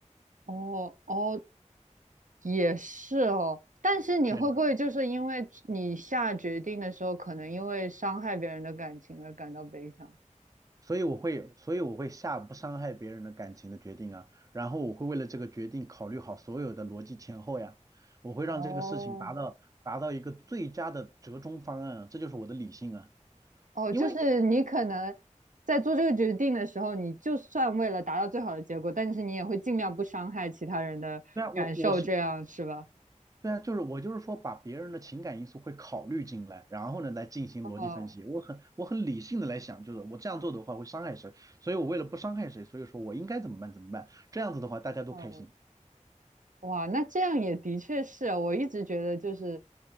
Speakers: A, on the right; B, on the right.
A: 哦哦，也是哦。但是你会不会就是因为你下决定的时候，
B: 对。
A: 可能因为伤害别人的感情而感到悲伤？
B: 所以我会，所以我会下不伤害别人的感情的决定啊，然后我会为了这个决定考虑好所有的逻辑前后呀，我会让这个事情达到达到一个最佳的折中方案啊，
A: 哦
B: 这就是我的理性啊，
A: 哦，
B: 因为
A: 就是你可能在做这个决定的时候，你就算为了达到最好的结果，但是你也会尽量不伤害其他人的感受，
B: 对啊，我我是
A: 这样是吧？
B: 对啊，就是我就是说把别人的情感因素会考虑进来，然后呢来进行逻辑分析，
A: 哦
B: 我很我很理性的来想，就是我这样做的话会伤害谁，所以我为了不伤害谁，所以说我应该怎么办怎么办，这样子的话大家都开心。
A: 哦，哇，那这样也的确是，我一直觉得就是